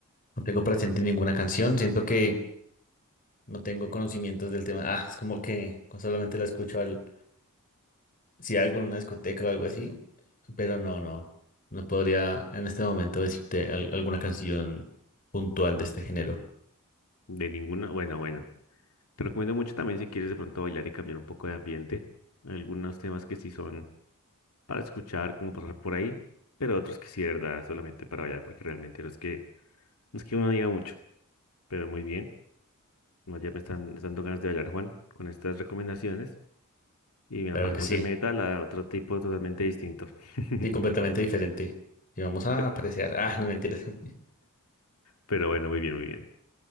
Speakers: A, on the left; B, on the left.
A: no tengo presente ninguna canción. Siento que no tengo conocimientos del tema. Ah, es como que con- solamente la escucho al si algo en una discoteca o algo así, pero no, no, no podría en este momento decirte al- alguna canción puntual de este género.
B: De ninguna. Bueno, bueno. Te recomiendo mucho también si quieres de pronto bailar y cambiar un poco de ambiente. Algunos temas que sí son para escuchar, como pasar por ahí, pero otros que sí, de verdad, solamente para bailar, porque realmente no es que, no es que uno no diga mucho, pero muy bien. No, ya me están me están dando ganas de bailar, Juan, con estas recomendaciones. Y mira,
A: Claro
B: pasamos
A: que sí,
B: de metal a otro tipo totalmente distinto. <laughs>
A: sí, completamente diferente. Y vamos a
B: Pe-
A: apreciar. Ah, no mentiras. <laughs>
B: Pero bueno, muy bien, muy bien.